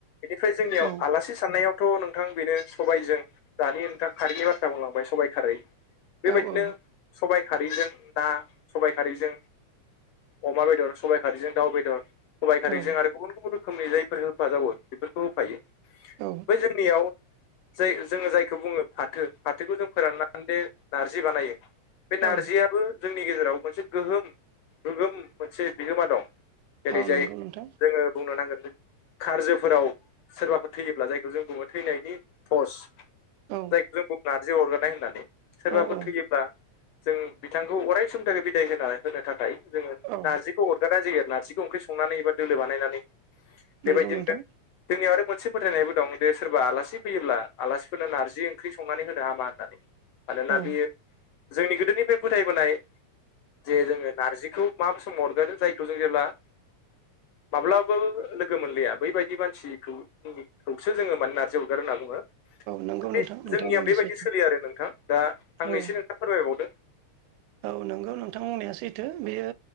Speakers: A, on the left; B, on the right.
A: बेनिफ्राय जोंनियाव
B: औ
A: आलासि साननायावथ' नोंथां बेनो सबायजों दानि नोंथां खारैनि बाथ्रा बुंलांबाय सबाइ खारै। बेबायदिनो
B: औ
A: सबाय खारैजों ना सबायाइ खारैजों अमा बेदर सबाइ खारैजों दाउ बेदर सबाइ खारैजों
B: औ
A: आरो गुबुन गुबुन रोखोमनि जायफोर होफाजावो बेफोरखौ होफायो।
B: औ
A: बै जोंनियाव जाय जोङो जायखौ बुङो फाथो फाथोखौ जों फोराननानै दे नारजि बानायो बे
B: औ
A: नारजियाबो जोंनि गेजेराव मोनसे गोहोम गोगोम मोनसे बिहोमा दं।
B: औ
A: जेरैजाय
B: नंगौ नोंथां
A: जोङो बुंनो नांगोन खारजोफोराव सोरबाफोर थैयोब्ला जायखौ जों बुङो थैनायनि पस
B: औ
A: जायखौ जों बुं नारजि अरगारनाय होननानै। सोरबाफोर
B: औ औ
A: थैयोब्ला जों बिथांखौ अराय समनि थाखाय बिदाय होना होनो थाखाय जोंङो
B: औ
A: नारजिखौ अर गारनाय जायो नारजिखौ ओंख्रि संनानै एबा दोलो बानायनानै बेबायदिनो
B: नंगौ नोंथां
A: जोंनियाव आरो मोनसे फोथायनायबो दं दे सोरबा आलासि फैयोब्ला आलासिफोरनो नारजि ओंख्रि संनानै होनो हामा होननानै। मानोना
B: औ
A: बियो जोंनि गोदोनिफ्राय फोथायबोनाय जे जोंङो नारजिखौ मा समाव अरगारो जायखौ जों जेब्ला माब्लाबो लोगो मोनलाया बैबायदि मानसिखौ खौसो जोंङो माने नारजि अरगारो होनना बुङो।
B: नंगौ
A: बे
B: नोंथां नोंथां
A: जोंनिया
B: बुंनाया
A: बेबायदि
B: सैथो
A: सोलियो आरो नोंथां दा आंनैसो
B: औ
A: नोंथाङा फोरमायबावदों।
B: औ नंगौ नोंथां बुंनाया सैथो बेयो